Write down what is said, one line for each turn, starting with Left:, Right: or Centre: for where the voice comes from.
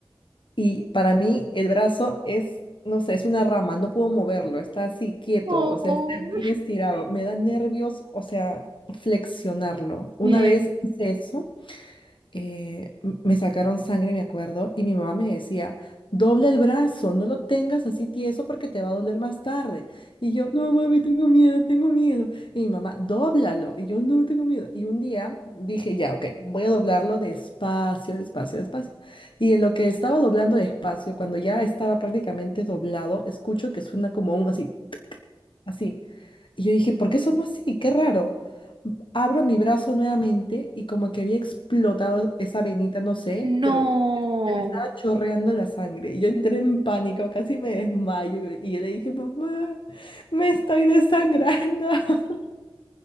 Left: Y para mí el brazo es, no sé, es una rama, no puedo moverlo, está así quieto,
Right: Oh,
Left: o sea, está bien estirado. Me da nervios, o sea, flexionarlo. Una
Right: eh,
Left: vez hice eso eh, m- me sacaron sangre, me acuerdo, y mi mamá me decía, dobla el brazo, no lo tengas así tieso porque te va a doler más tarde. Y yo, no, mami, tengo miedo, tengo miedo. Y mi mamá, dóblalo. Y yo, no, tengo miedo. Y un día dije, ya, ok, voy a doblarlo despacio, despacio, despacio. Y en lo que estaba doblando despacio, cuando ya estaba prácticamente doblado, escucho que suena como un así así. Y yo dije, ¿por qué sonó así? Qué raro. Abro mi brazo nuevamente y como que había explotado esa venita, no sé,
Right: no.
Left: pero se me estaba chorreando la sangre. Y yo entré en pánico, casi me desmayo. Y yo le dije, mamá, me estoy desangrando. <laughs>